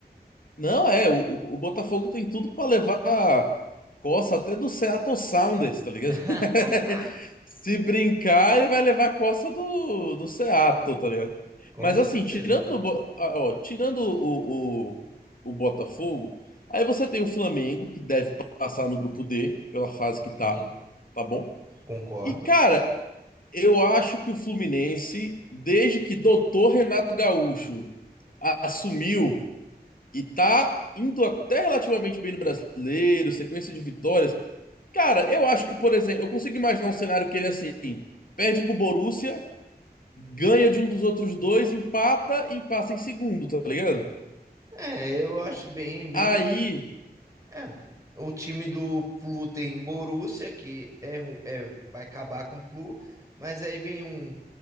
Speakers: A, on the left (about 55°); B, on the right (about 20°).
A: Não, é, o, o Botafogo tem tudo pra levar coça até do Seattle Sounders, tá ligado?
B: <laughs>
A: <laughs> Se brincar, ele vai levar coça do, do Seattle, tá ligado?
B: Com
A: Mas
B: certeza.
A: assim, tirando o, Bo- ah, ó, tirando o, o, o Botafogo, aí você tem o Flamengo, que deve passar no grupo D, pela fase
B: Sim,
A: que tá, tá bom?
B: concordo.
A: E cara, eu acho que o Fluminense, desde que doutor Renato Gaúcho assumiu e tá indo até relativamente bem no brasileiro, sequência de vitórias. Cara, eu acho que, por exemplo, eu consigo imaginar um cenário que ele assim, perde pro Borussia, ganha de um dos outros dois, empata e passa em segundo, tá ligado?
B: É, eu acho bem, bem
A: Aí
B: É, o time do Flu tem Borussia, que é, ru- é- vai acabar com o Flu, mas aí vem um